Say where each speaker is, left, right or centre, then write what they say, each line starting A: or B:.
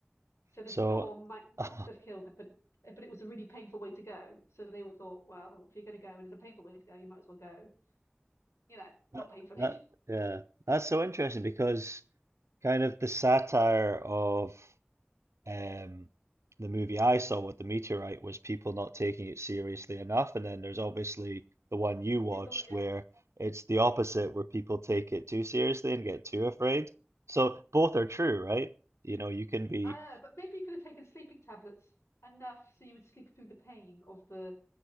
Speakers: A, on the left; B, on the right.
A: So the
B: so
A: storm might not
B: <laughs>
A: have killed them, but but it was a really painful way to go. So they were thought, well, if you're going to go and it's a painful way to go, you might as well go, you know, not
B: that
A: painfully.
B: that
A: <laughs>
B: yeah, that's so interesting because. kind of the satire of um, the movie I saw with the meteorite was people not taking it seriously enough. And then there's obviously the one you
A: The
B: watched
A: other way, yeah.
B: where it's the opposite, where people take it too seriously and get too afraid. So both are true, right? You know, you can be
A: I know, but maybe you could have taken sleeping tablets enough so you would sleep through the pain of the,